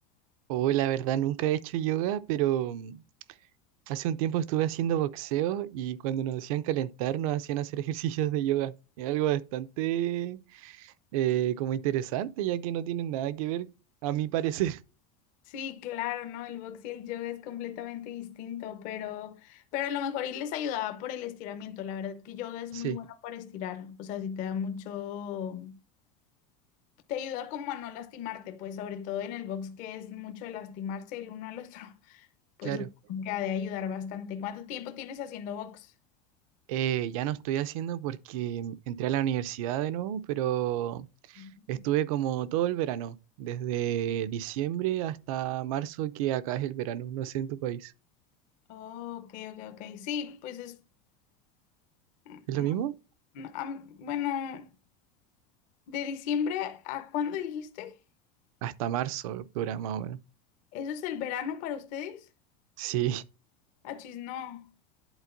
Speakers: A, on the right (about 60°); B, on the left (about 40°).
A: Oh, la verdad, nunca he hecho yoga, pero mm, hace un tiempo estuve haciendo boxeo y cuando nos hacían calentar, nos hacían hacer <laughs> ejercicios de yoga. Es algo bastante eh, como interesante, ya que no tienen nada que ver, a mi parecer. <laughs>
B: Sí, claro, ¿no? El box y el yoga es completamente distinto, pero, pero a lo mejor y les ayudaba por el estiramiento. La verdad que yoga es
A: Sí,
B: muy bueno para estirar, o sea, si te da mucho. te ayuda como a no lastimarte, pues sobre todo en el box que es mucho de lastimarse el uno al otro, <laughs> pues
A: claro.
B: supongo que ha de ayudar bastante. ¿Cuánto tiempo tienes haciendo box?
A: Eh, ya no estoy haciendo porque mm, entré a la universidad de nuevo, pero
B: Mm.
A: estuve como todo el verano, desde diciembre hasta marzo, que acá es el verano. No sé en tu país.
B: Oh, ok, ok, ok. Sí, pues es, mm,
A: ¿Es lo mismo?
B: mm, am- bueno, de diciembre a cuándo dijiste?
A: Hasta marzo dura más o menos.
B: ¿Eso es el verano para ustedes?
A: Sí.
B: Achis, no.